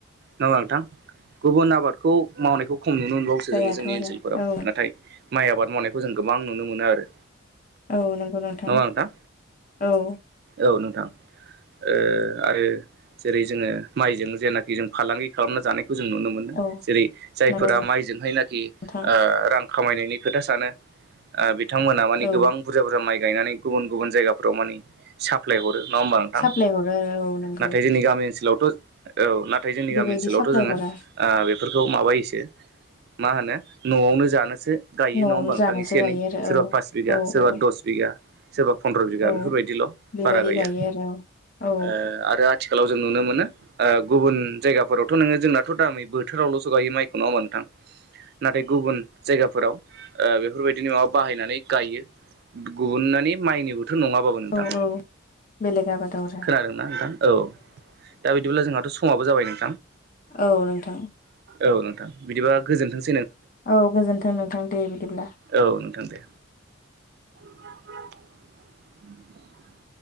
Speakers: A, on the right (about 50°); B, on the left (about 40°).
A: नङा हमबा नोंथां गुबुन आबादखौ मावनायखौ खम नुनो मोनबावोसो
B: जायाथ'
A: जोङो जोंनि
B: आरो
A: ओनसोलफोराव
B: औ
A: नाथाय माइ आबाद मावनायखौ जों गोबां नुनो मोनो आरो
B: औ नंगौ नोंथा
A: नङा नोंथां
B: औ
A: औ नोंथां ओ आरो जेरै जोङो माइजों जेनाखि जों फालांगि खालामना जानाय जों नुनो मोनो
B: औ
A: जेरै जायफोरा
B: नंगौ
A: माइजोंहायनाखि
B: नोंथां
A: ओ रां खामायनायनि खोथा सानो ओ बिथांमोना मानि
B: औ
A: गोबां बुरजा बुरजा माइ गायनानै गुबुन गुबुन जायगाफ्राव मानि साप्लाय हरो नङा होमबा नोंथां
B: साप्लाय हरो औ नंगौ
A: नाथाय जोंनि गामि ओनसोलाव औ नाथाय जोंनि
B: बेबायदि
A: गामि ओनसोलावथ
B: साप्लाय
A: जोङो
B: हरा
A: बेफोरखौ माबायोसो मा होनो नआवनो जानोसो गायो
B: न'आवनो
A: नङा होमबा नोंथां
B: जानोसो
A: एसे
B: गायो
A: एनै
B: आरो
A: सोरबा पास बिगा
B: औ
A: सोरबा
B: औ
A: दस बिगा सोरबा फन्द्र बिगा
B: औ
A: बेफोरबायदिल
B: बेबायदि
A: बारा गाया
B: गायो आरो औ
A: ओ आरो आथिखालाव जों नुनो मोनो ओ गुबुन जायगाफोरावथ नोङो जोंनाथ दा नै बोथोरावलसो गायो माइखौ नङा होमबा नोंथां नाथाय गुबुन जायगाफोराव ओ बेफोरबायदिनो माबा बाहायनानै गायो <unintelligible> थ नङाबाबो नोंथां
B: औ औ बेलेग आबादाव आरो
A: खोनादोंना नोंथां औ दा बिदिब्ला जोंहाथ समाबो जाबाय नों
B: औ नोंथां
A: औ बिदिबा गोजोनथों
B: औ गोजोनथों नोंथां दे बिदिब्ला
A: औ नोंथां दे <inaudible>